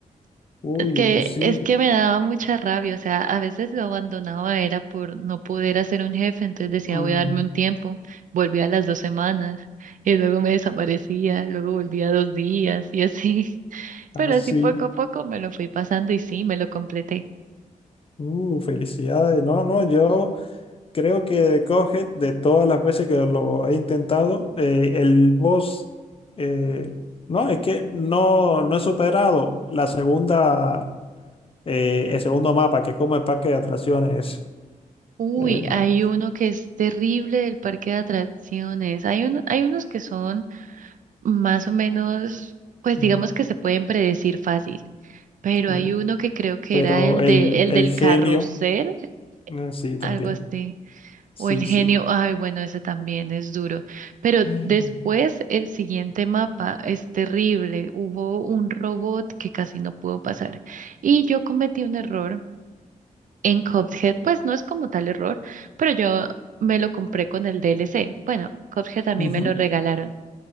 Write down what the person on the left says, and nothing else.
oye,
pues sí.
Mm,
ah,
sí,
Uh, felicidades. No, no, yo. Creo que de Cuphead, de todas las veces que lo he intentado, eh, el boss, eh, no, es que no, no he superado la segunda, eh, el segundo mapa, que es como el parque de atracciones.
eh, no,
Mm,
sí.
Pero
el,
el
genio,
eh, sí, también.
Sí,
sí.
Mm.
Ujú.